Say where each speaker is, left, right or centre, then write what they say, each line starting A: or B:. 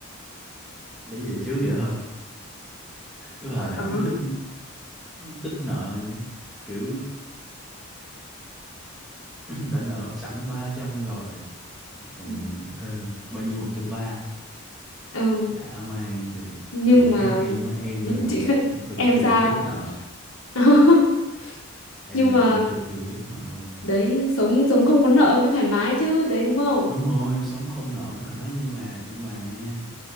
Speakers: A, in the centre; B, on the left (about 65°).
A: lấy về trước vậy thôi cái bà này
B: ờ
A: cứ thích tích nợ nhỉ? kiểu <clears throat> đã nợ sẵn 300 rồi còn
B: ừ.
A: thêm một bao nhiêu một trăm ba?
B: ừ.
A: Dạ man thì
B: Nhưng
A: chị
B: mà
A: khác em á em
B: <laughs>
A: là
B: chị
A: em cực
B: Em
A: kỳ
B: sao
A: ghét nợ
B: <laughs>
A: em
B: Nhưng
A: là
B: mà
A: em cực kỳ ghét nợ luôn
B: Đấy sống sống không có nợ mới thoải mái chứ Đấy đúng không
A: đúng rồi sống không nợ mới thoải mái nhưng mà nhưng mà nha